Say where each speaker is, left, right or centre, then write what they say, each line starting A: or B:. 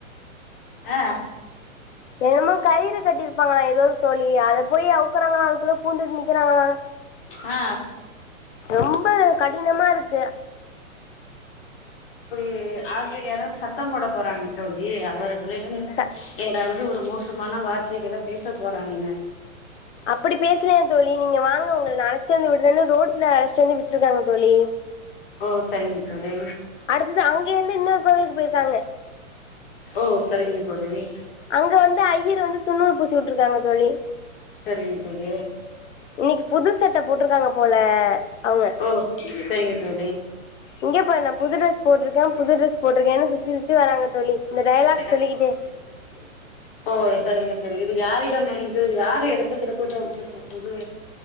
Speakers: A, on the left (about 45°); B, on the left (about 60°).
A: ஆ
B: என்னமோ கயிறு கட்டிருப்பாங்கள ஏதோ தோழி அத போயி அவுக்கறாங்களா அதுக்குள்ள பூந்துட்டு நிக்கிறாங்களா
A: ஆ
B: ரொம்ப கடினமா இருக்கு
A: அப்டி ஆங்க யாராச்சி சத் சத்தம் போட போறாங்க தோழி அவர்களிடம்
B: ச
A: ஏதாவது ஒரு மோச மோசமான வார்த்தைகளை பேச போறாங்க
B: அப்டி பேசலையா தோழி நீங்க வாங்க உங்கள அழச்சிட்டு வந்து விடுறே ரோட்ல அழச்சிட்டு வந்து விட்டுருக்காங்க தோழி
A: ஓ சரிங்க தோழி
B: அடுத்தது அங்கே இருந்து இன்னொரு கோயிலுக்கு போயிருக்காங்க
A: ஓ சரிங்க தோழி
B: அங்க வந்து ஐயர் வந்து திண்ணூறு பூசி விட்டுருக்காங்க தோழி
A: சரிங்க தோழி
B: இன்னிக்கு புது சட்ட போட்டு இருக்காங்க போல அவங்க
A: ஓ செரிங்க தோழி
B: இங்க பாரு நா புது டிரெஸ் போட்டுருக்கே புது டிரெஸ் போட்டுருக்கேன்னு சுத்தி சுத்தி வராங்க தோழி இந்த
A: <unintelligible>
B: டயலாக் சொல்லிக்கிட்டே
A: ஓ செரிங்க செரிங்க இது யாரிடம் வந்து யாரு எடுத்து குடுத்தது அவுங்களுக்கு புது